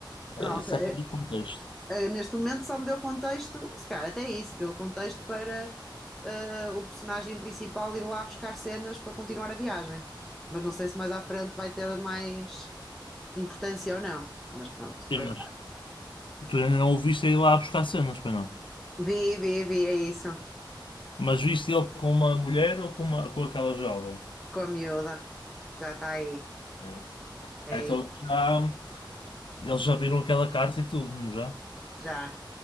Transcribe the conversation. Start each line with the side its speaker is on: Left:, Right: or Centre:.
Centre: Pronto,
Left: é, isso
Centre: eh,
Left: é para o contexto.
Centre: eh, neste momento só me deu contexto, se calhar até isso, deu contexto para eh, o personagem principal ir lá buscar cenas para continuar a viagem. Mas não sei se mais à frente vai ter mais importância ou não. Mas pronto,
Left: Sim,
Centre: para já.
Left: mas tu ainda não o viste ir lá buscar cenas, pois não?
Centre: Vi, vi, vi, é isso.
Left: Mas viste ele com uma mulher ou com, uma, com aquela jovem?
Centre: Com a miúda, já está aí.
Left: É.
Centre: É
Left: Então
Centre: isso.
Left: já, eles já viram aquela carta e tudo, não já?
Centre: Já,